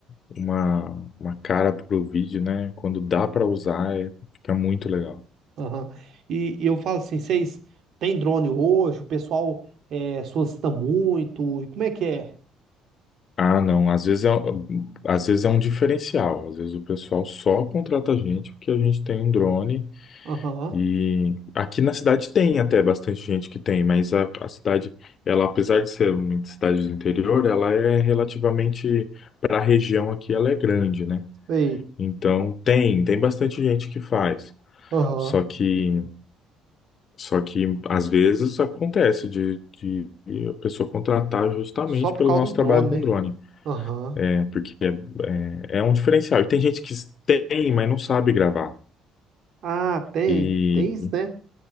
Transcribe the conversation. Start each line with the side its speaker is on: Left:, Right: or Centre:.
Left: uma, uma cara pro vídeo, né? Quando dá para usar, é- fica muito legal.
Right: aham. E, e eu falo assim, vocês têm drone hoje? O pessoal é, solicita muito? E como é que é?
Left: Ah, não. Às vezes é, às vezes é um diferencial. Às vezes o pessoal só contrata a gente porque a gente tem um drone.
Right: Aham.
Left: E aqui na cidade tem até bastante gente que tem, mas a, a cidade, ela, apesar de ser uma cidade do interior, ela é relativamente, para a região aqui, ela é grande, né?
Right: Sei.
Left: Então tem, tem bastante gente que faz.
Right: Aham.
Left: Só que, só que às vezes acontece de, de a pessoa contratar justamente
Right: Só por
Left: pelo
Right: causa
Left: nosso
Right: do drone,
Left: trabalho com
Right: né?
Left: drone.
Right: Aham.
Left: né? Porque é, é, é um diferencial. E tem gente que tem, mas não sabe gravar.
Right: Ah, tem.
Left: E
Right: Tem isso, né? O